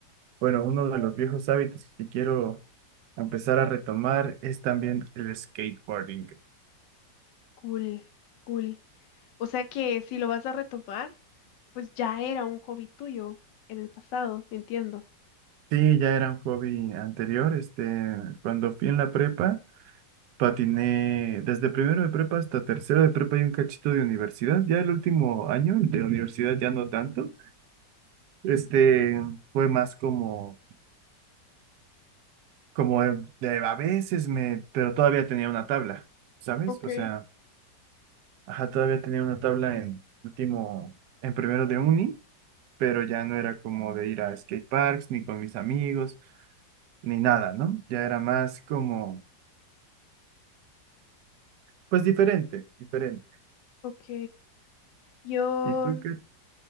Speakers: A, on the right; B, on the left.
A: bueno, uno de los viejos hábitos que quiero empezar a retomar es también el skateboarding.
B: Cool, cool. O sea que si lo vas a retomar, pues ya era un hobby tuyo en el pasado, entiendo.
A: Sí, ya era un hobby anterior, este, cuando fui en la prepa. Patiné desde primero de prepa hasta tercero de prepa y un cachito de universidad. Ya el último año, el de Ujú. universidad ya no tanto. Este fue más como, como de, de a veces me, pero todavía tenía una tabla, ¿sabes?
B: Ok,
A: O sea, ajá, todavía tenía una tabla en último, en primero de uni, pero ya no era como de ir a skate parks, ni con mis amigos, ni nada, ¿no? Ya era más como, pues diferente, diferente.
B: ok. Yo,
A: ¿Y tú qué?